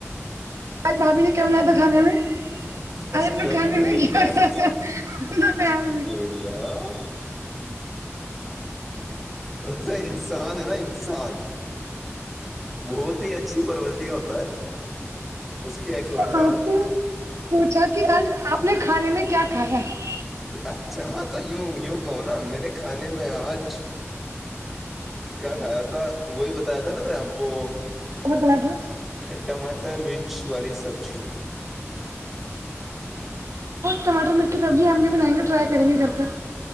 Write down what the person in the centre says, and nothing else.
استغفر
اللہ
د <inaudible> مطلب انسان ہے نا انسان بہت ہی اچھی پرورتی کا ہوتا ہے اس کے اخلاقات
اچھا ہاں تو ی یوں کہو نا میں نے کھانے میں آج <unintelligible> کیا کھایا تھا وہی بتایا تھا نا میں نے آپ کو
ٹماٹر مرچ والی سبزی